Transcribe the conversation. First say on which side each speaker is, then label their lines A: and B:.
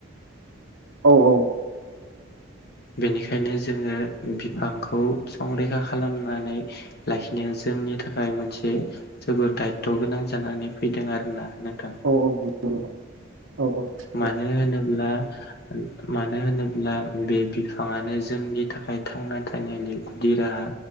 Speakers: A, on the right; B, on the left.
A: औ औ
B: बेनिखायनो जोङो बिफांखौ संरैखा खालामनानै लाखिनाया जोंनि थाखाय मोनसे जोबोर दायथ' गोनां जानानै फैदों आरोना नोंथां
A: औ औ नंगौ नंगौ औ औ
B: मानो होनोब्ला मानो होनोब्ला बे बिफाङानो जोंनि थाखाय थांना थानायनि गुदि राहा